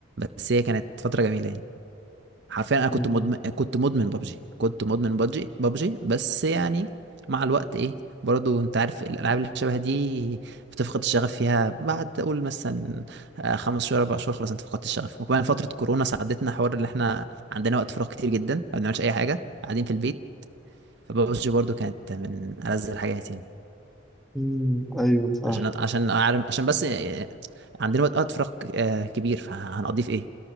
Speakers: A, on the right; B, in the centre.
A: بس هي كانت فتره جميله يعني حرفيا انا كنت
B: أيوة.
A: مدمن كنت مدمن ببجي كنت مدمن ببجي ببجي بس يعني مع الوقت ايه برضو انت عارف الالعاب اللي شبه دي بتفقد الشغف فيها بعد اقول مثلا آه، خمس شهور اربع شهور خلاص انت فقدت الشغف وكمان فتره كورونا ساعدتنا حوار اللي احنا عندنا وقت فراغ كتير جدا ما بنعملش اي حاجه قاعدين في البيت فببجي برضو كانت من ألذ الحاجات يعني
B: أمم، أيوة، صح
A: عشان عشان أعرف عشان بس عندنا وقت وقت فراغ ك- آه، كبير فهنقضيه في ايه